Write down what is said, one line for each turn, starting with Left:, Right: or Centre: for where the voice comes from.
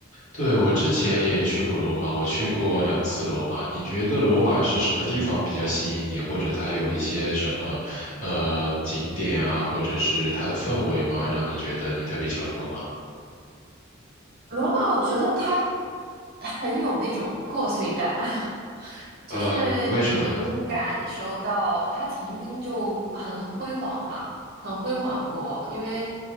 Left: 对，我之前也去过罗马，我去过两次罗马。你觉得罗马是什么地方比较吸引你，或者它有一些什么，呃，景点啊，或者是它的氛围吗，让你觉得你特别喜欢罗马？
Right: 罗马？我觉得它很有那种破碎感。<laughs>
Left: 呃，
Right: 就是你能感受到它曾经就很辉煌嘛，
Left: 为什么呢？
Right: 很辉煌过，因为